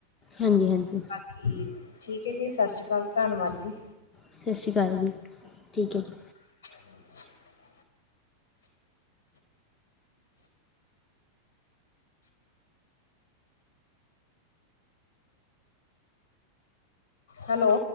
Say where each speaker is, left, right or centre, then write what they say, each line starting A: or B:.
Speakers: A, on the left; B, on the left.
A: ਹਾਂਜੀ ਹਾਂਜੀ।
B: ਬਾਕੀ ਠੀਕ ਹੈ ਜੀ ਸਤਿ ਸ਼੍ਰੀ ਅਕਾਲ ਧੰਨਵਾਦ ਜੀ।
A: ਸਤਿ ਸ਼੍ਰੀ ਅਕਾਲ ਜੀ ਠੀਕ ਹੈ ਜੀ।
B: ਹਮ। ਹੈਲੋ।